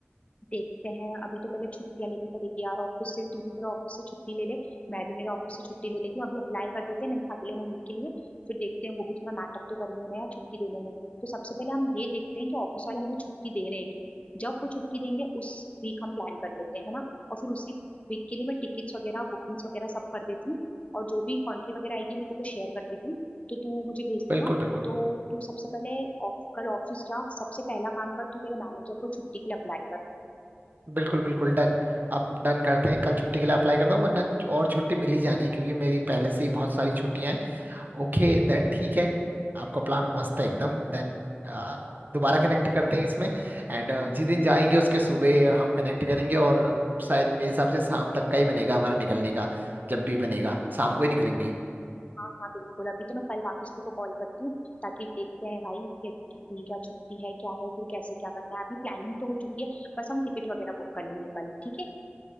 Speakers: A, on the left (about 30°); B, on the right (about 45°).
A: देखते हैं अभी तो पहले छुट्टियां लेनी पड़ेगी यार ऑफिस से तू भी तेरा ऑफिस से छुट्टी ले ले मैं भी मेरे ऑफिस से छुट्टी ले लेती हूँ अभी अप्लाई कर देते हैं ना- अगले महीने के लिए फिर देखते हैं वो भी थोड़ा नाटक तो करेंगे ना यार छुट्टी देने में तो सबसे पहले हम ये देखते हैं कि ऑफिस वाले हमें छुट्टी दे रहे हैं कि नहीं जब वो छुट्टी देंगे उस वीक हम प्लान कर लेते हैं है ना और फिर उसी वीक के लिए मैं टिकट्स वगैरह बुकिंग्स वगैरह सब कर देती हूँ और जो भी कंट्री वगैरह आएगी मैं तेरे को शेयर कर देती हूँ तो तू मुझे भेज
B: बिल्कुल
A: देना
B: बिल्कुल
A: तो तू सबसे पहले ऑफ- कल ऑफिस जा सबसे पहला काम कर तू तेरे मैनेजर को छुट्टी के लिए अप्लाई कर
B: बिल्कुल बिल्कुल डन आप डन करते हैं कल छुट्टी के लिए अप्लाई करता हूँ वरना और छुट्टी मिल ही जानी है क्योंकि मेरी पहले से ही बहुत सारी छुट्टियां हैं ओके देन ठीक है आपका प्लान मस्त है एकदम देन दोबारा कनेक्ट करते हैं इसमें एंड जिस दिन जाएंगे उसके सुबह हम कनेक्ट करेंगे और शायद मेरे हिसाब से शाम तक का ही बनेगा हमारा निकलने का जब भी बनेगा शाम को ही निकलेंगे
A: हाँ हाँ बिल्कुल अभी तो मैं कल वापस को कॉल करती हूँ ताकि देखते हैं भाई कि, कितनी क्या छुट्टी है क्या है फिर कैसे क्या करना है अभी प्लानिंग तो हो चुकी है बस हम टिकट वगैरह बुक कर लेंगे कल ठीक है